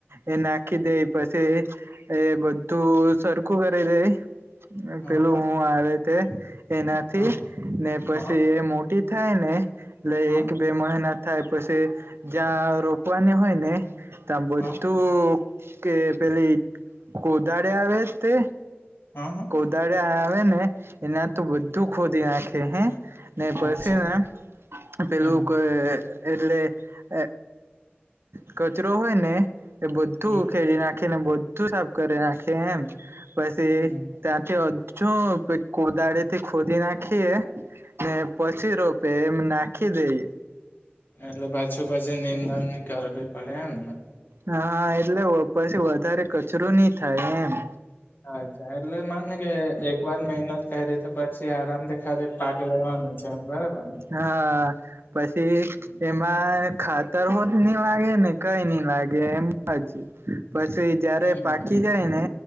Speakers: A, on the right; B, on the left.
A: એ નાખી દેય પછી એ બધું સરખું કરી દે
B: હા
A: પેલું
B: હા
A: હું આવે તે એનાથી
B: હા હા
A: ને પછી
B: હા
A: એ મોટી થાય ને એટલે
B: હા
A: એક બે મહના થાય પછી જ્યાં રોપવાની હોય ને ત્યાં બધું
B: હા
A: કે પેલી કોદાળી આવે તે
B: હ, હ.
A: દાડીયા આવેને, <unintelligible> બધું ખોદી નાખે હે
B: અચ્છા
A: <unintelligible> પેલું
B: હમ હમ
A: કોઈ એટલે, એ કચરો હોય ને એ બધું
B: હમ
A: ઉખેડી નાખે ને બધું સાફ કરી નાખે એમ. પસી,
B: હમ
A: <unintelligible> જો, કોદળેથી ખોદી નાખીએ ને પછી રોપે એમ નાખી દઈએ
B: એટલે પાછું પછી નિંધનની કરવી પડે એમને?
A: હા, એટલે વ, પછી વધારે કચરો ની થાય એમ
B: અચ્છા, એટલે માનેને કે, એક વાર મહેનત કયરી તો પછી આરામથી ખાલી પાક લેવાનો છે એમ <unintelligible>
A: હા, પછી,
B: હમ
A: એમાં ખાતર હો ની લાગે ને, કઈ ની લાગે એમજ પસી જયારે
B: હમ
A: પાકી જાય ને,